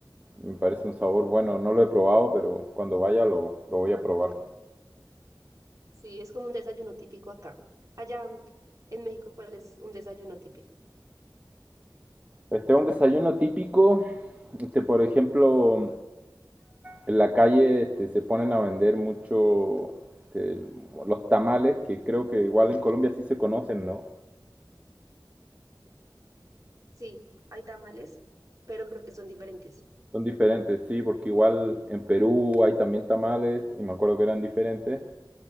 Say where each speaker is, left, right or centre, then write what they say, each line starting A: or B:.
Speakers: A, on the right; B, on the right.
A: me parece un sabor bueno. No lo he probado, pero cuando vaya lo, lo voy a probar.
B: Sí, es como un desayuno típico acá. Allá mm, en México, ¿cuál es un desayuno típico?
A: Este un desayuno típico, este, por ejemplo, en la calle este, se ponen a vender mucho este, los tamales, que creo que igual en Colombia sí se conocen, ¿no?
B: Sí, hay tamales, pero creo que son diferentes.
A: Son diferentes, sí, porque igual en Perú hay también tamales y me acuerdo que eran diferentes.